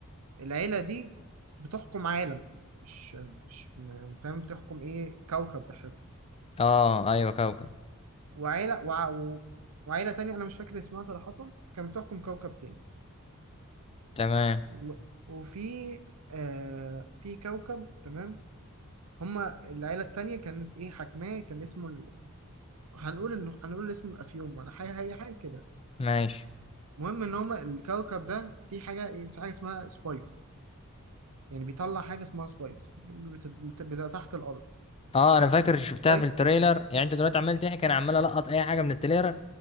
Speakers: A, on the right; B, on the left.
A: العيلة دي بتحكم عالم مش مش م- فاهم بتحكم ايه كوكب بحاله
B: اه ايوه كوكب
A: وعيلة وع و- وعيلة تانية أنا مش فاكر اسمها صراحة كانت بتحكم كوكب تاني
B: تمام
A: و وفي آه في كوكب تمام هما العيلة التانية كانت ايه حاكماه كان اسمه ال... هنقول انه هنقول اسمه الأفيوم ولا حاجة هي حاجة كده
B: ماشي
A: المهم ان هما الكوكب ده في حاجة ايه في حاجة اسمها سبايس يعني بيطلع حاجة اسمها سبايس بت... بت... بت... تحت الأرض
B: اه انا فاكر
A: ب-
B: شفتها
A: سبايس
B: في التريلر يعني انت دلوقتي عمال تحكي انا عمال القط اي حاجة من التريلر